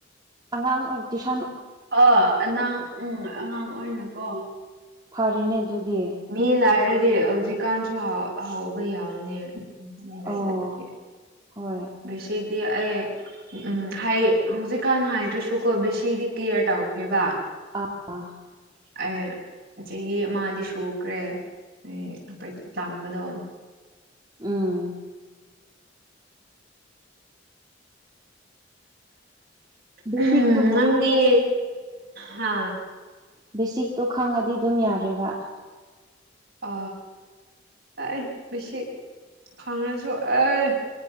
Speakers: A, on the right; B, on the right.
A: ꯑꯉꯥꯡ ꯑꯣꯏꯅ ꯇ
B: ꯑꯥ ꯑꯉꯥꯡ ꯎꯝ ꯑꯉꯥꯡ ꯑꯣꯏꯅꯀꯣ
A: ꯐꯔꯦꯅꯦ ꯑꯗꯨꯗꯤ
B: ꯃꯤ ꯂꯥꯏꯔꯗꯤ ꯍꯧꯖꯤꯛꯀꯥꯟꯁꯨ ꯍꯥꯎꯕ ꯌꯥꯕꯅꯦ ꯂꯩꯗ
A: ꯑꯣ
B: ꯀꯦ
A: ꯍꯣꯏ
B: ꯁꯗꯤ ꯑꯦ ꯎꯝ ꯍꯥꯏ ꯍꯧꯖꯤꯛꯀꯥꯟ ꯍꯥꯏꯗ꯭ꯔꯁꯨ ꯀꯣ ꯕꯤꯁꯤꯗꯤ ꯀ꯭ꯂꯤꯌꯥꯔ ꯇꯧꯈ꯭ꯔꯦꯕ
A: ꯑ
B: ꯑꯦ ꯆꯍꯤ ꯑꯃꯗꯤ ꯁꯨꯈ꯭ꯔꯦ ꯎꯝ ꯑ ꯇꯝꯕꯗꯣ
A: ꯑꯥ ꯕꯦꯁꯤꯛꯇꯨꯕꯨ
B: ꯎꯝ ꯅꯪꯒꯦ ꯍꯥ
A: ꯕꯦꯁꯤꯛꯇꯣ ꯈꯪꯉꯗꯤ ꯑꯗꯨꯝ ꯌꯥꯔꯦꯕ
B: ꯑ ꯑꯩ ꯃꯤꯁꯤ ꯈꯪꯅꯁꯨ ꯑꯦ